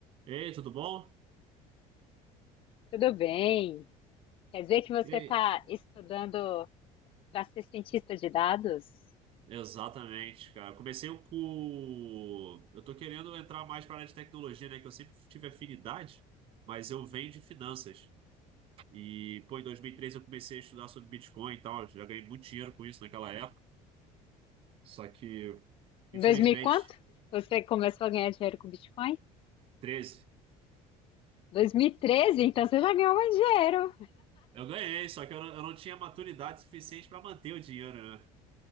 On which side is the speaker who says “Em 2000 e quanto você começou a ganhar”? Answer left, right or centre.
Left